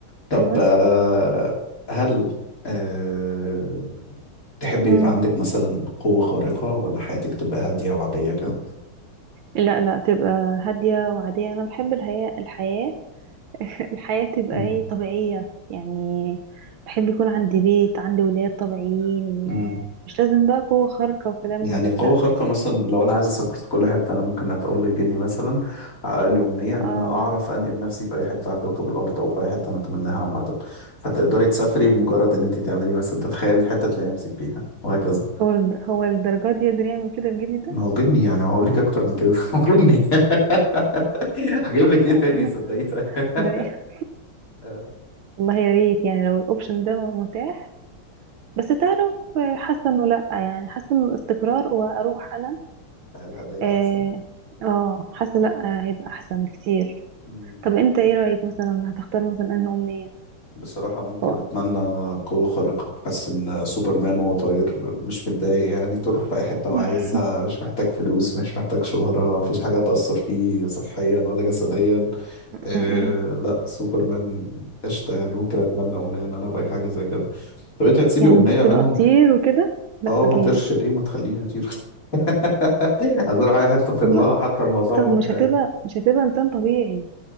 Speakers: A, on the left; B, on the right.
A: طب
B: بس
A: آه هل آه تحب
B: مم.
A: يبقى عندك مثلا قوة خارقة ولا حياتك تبقى هادية وعادية كده؟
B: لا لا تبقى هادية وعادية انا بحب الحياة الحياة <laughs> الحياة تبقى
A: مم.
B: ايه طبيعية يعني بحب يكون عندي بيت عندي ولاد طبيعيين
A: مم.
B: مش لازم بقى قوة خارقة وكلام
A: يعني
B: من ده
A: قوة
B: لا
A: خارقة مثلا لو أنا عايز أسافر في كل حتة أنا ممكن أتقول للجني مثلا حقق لي أمنية إن
B: اه
A: أنا أعرف أنقل نفسي في أي حتة على كوكب الأرض أو في أي حتة أنا أتمناها عامة فتقدري تسافري بمجرد إن أنت تعملي مثلا تتخيلي الحتة تلاقي نفسك فيها وهكذا
B: هو هو الدرجات دي يقدر يعمل كده الجني ده
A: ما هو جني يعني هقول لك اكتر من كده <laughs> هو جني <laughs> هجيب لك
B: <laughs>
A: ايه تاني
B: لا،
A: صدقيه طيب
B: ده
A: <laughs>
B: ايه
A: آه،
B: والله يا ريت يعني لو الاوبشن ده متاح بس تعرف آه، حاسه انه لا يعني حاسه انه الاستقرار واروح انا
A: الهدايا
B: اه
A: احسن
B: آه، حاسه لا آه، هيبقى احسن بكتير
A: مم.
B: طب انت ايه رايك مثلا هتختار مثلا انهي امنيه
A: بصراحة ممكن
B: هو-
A: أتمنى قوة خارقة حاسس إن سوبرمان وهو طاير مش متضايق يعني تروح في أي حتة وعايزها
B: م-م.
A: مش محتاج فلوس مش محتاج شهرة مفيش حاجة تأثر فيه صحيا ولا جسديا
B: <laughs>
A: إيه لا سوبرمان قشطة يعني ممكن أتمنى أمنية إن أنا أبقى حاجة زي كده طب أنت هتسيبي
B: يعني
A: أمنية
B: تبقى
A: منهم
B: تطير وكده لا
A: أه
B: اكيد
A: ما طيرش ليه ما تخليني أطير <laughs> <laughs> عايز اروح اي حته ترلها
B: طب ما
A: حتى الموضوع
B: طب
A: ممتع
B: مش هتبقى
A: يعني
B: مش هتبقى انسان طبيعي